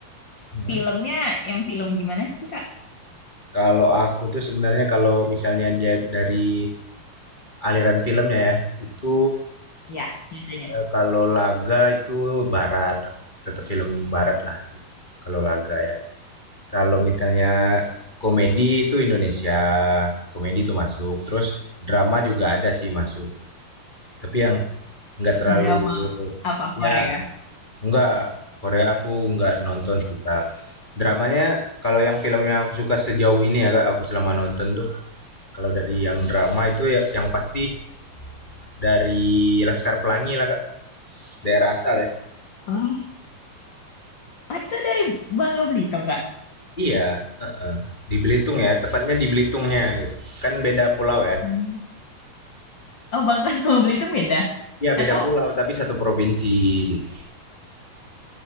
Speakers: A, on the left; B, on the left.
A: Heeh.
B: Filmnya yang film gimana sih, Kak?
A: Kalau aku tuh sebenarnya kalau misalnya ja- dari aliran filmnya ya, itu
B: Ya, judulnya.
A: Eee, kalau laga itu barat, tetap film baratlah gitu, kalau laga ya. Kalau misalnya komedi itu Indonesia, komedi itu masuk, terus drama juga ada sih masuk, tapi yang nggak terlalu
B: Drama apa
A: ya
B: Korea?
A: nggak, Korea aku nggak nonton sih, Kak. Dramanya kalau yang film yang aku suka sejauh ini ya, Kak, aku selama nonton tuh, kalau dari yang drama itu ya yang pasti dari Laskar Pelangi lah Kak, daerah asal ya.
B: Ah, Ah, itu dari Bangka Belitung, Kak.
A: Iya, heeh. Di Belitung ya, tepatnya di Belitungnya gitu. Kan beda pulau ya.
B: hmm. Oh, Bangka sama Belitung beda.
A: Iya, beda
B: Atau
A: pulau tapi satu provinsi gitu.